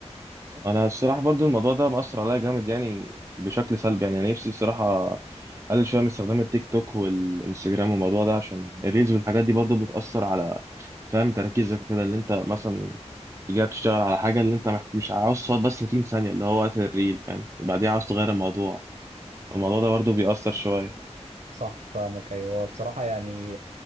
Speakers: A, on the right; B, on the right.
A: انا الصراحه برضو الموضوع ده مأثر عليا جامد يعني بشكل سلبي يعني أنا نفسي الصراحه اقلل شويه من استخدام التيك توك والانستجرام والموضوع ده عشان الريلز والحاجات دي برضو بتأثر على فاهم تركيزك وكده اللي انت مثلا جاي بتشتغل على حاجه اللي انت محت- مش عاوز تقعد بس 30 ثانيه اللي هو وقت الريل فاهم وبعديها عاوز تغير الموضوع الموضوع ده برضو بيأثر شويه
B: صح فاهمك ايوه بصراحه يعني